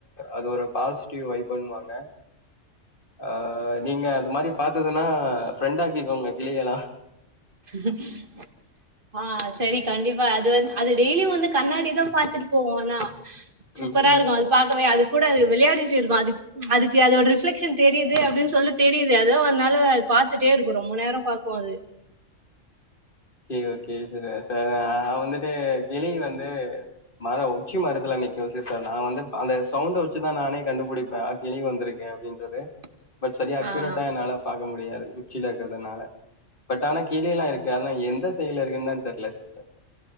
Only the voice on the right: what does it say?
<inaudible> ஆ செரி கண்டிப்பா அது வந் அது டெய்லியு வந்து கண்ணாடிதா பாத்துட்டு போகு ஆனா சூப்பரா
இருக்கு அது பாக்கவே அது கூட அது விளையாடிட்டு இருக்கு அதுக் அதுக்கு அதோட ரிஃப்ளெக்ஷன் தெரிது அப்பன் சொல்லி தெரிது அதா அதனால பாத்துட்டே இருக்கு ரொம்ப நேர பாக்கு அது
<inaudible>
ஆஹ்